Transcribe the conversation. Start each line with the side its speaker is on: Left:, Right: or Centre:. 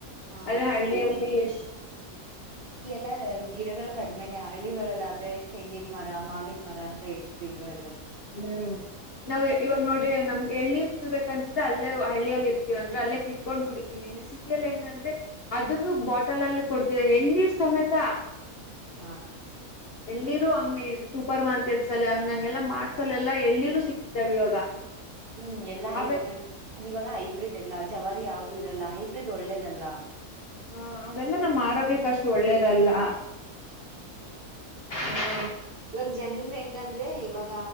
Right: ಹಾ
Left: ಅದ ಹಳ್ಳಿಯ ಯಶ್
Right: <unintelligible> ಗಿಡಗಲ್ ಕಡಿಮೆ ನಮ್ಮ ಹಳ್ಳಿಗಳಲ್ಲಿ ಆದ್ರೆ ತೆಂಗಿನ ಮರ ಮಾವಿನ ಮರ ಅಂತ ಎಷ್ಟು ಗಿಡಗಳು ಇರುತ್ತೆ
Left: ಹ್ಮ್ ನಾವ್ ಇವಾಗ ನೋಡ್ರಿ ನಮ್ಗೆ ಎಳ್ನ ಕುಡಿಬೇಕ ಅನ್ಸುತ್ತೆ ಅಲ್ಲೇ ಹಳ್ಳಿಯಲ್ಲಿ ಇರ್ತೀವ ಅಂದ್ರೆ ಅಲ್ಲೇ ಕಿಟ್ಕೊಂಡ್ ಕುಡಿತೀವಿ ಇಲ್ಲಿ ಸಿಟಿಯಲ್ಲಿ ಹೆಂಗಂದ್ರೆ ಅದನ್ನು ಬಾಟಲ ಅಲ್ಲಿ ಕೊಡ್ತೀವಿ ಎಳ್ಳೀರ್ ಸಮೇತ
Right: ಹಾ
Left: ಎಲ್ಲಿರೂ ಹಂಗ ಸೂಪರ್ ಮಾರ್ಕೆಟ್ಸ್ ಅಲ್ಲಿ ಹಂಗ ಹಂಗೆಲ್ಲ ಮಾಡ್ತ ಕೆಲವೆಲ್ಲ ಎಳ್ನೀರು ಸಿಕ್ತಾವೆ ಇವಾಗ
Right: ಹ್ಮ್ ಎಲ್ಲಾ ಹೈಬ್ರ್
Left: ಅವೆ
Right: ಇವಾಗ ಹೈಬ್ರಿಡ್ ಎಲ್ಲ ಚವಾರಿ ಯಾವುದೂ ಇರಲ್ಲ ಹೈಬ್ರಿಡ್ ಒಳ್ಳೇದಲ್ಲ
Left: ಹಾ ಅವೆಲ್ಲ ನಮ್ಮ ಆರೋಗ್ಯಕ್ಕ ಅಷ್ಟು ಒಳ್ಳೇದಲ್ಲ ಹ್ಮ್ <unintelligible>
Right: ಏ ಜನ್ರ ಹೆಂಗಂದ್ರೆ ಇವಾಗ